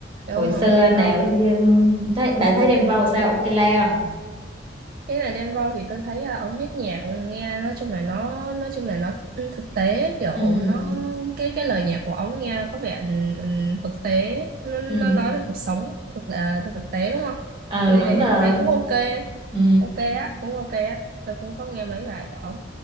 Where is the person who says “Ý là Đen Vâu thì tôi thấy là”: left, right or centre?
Right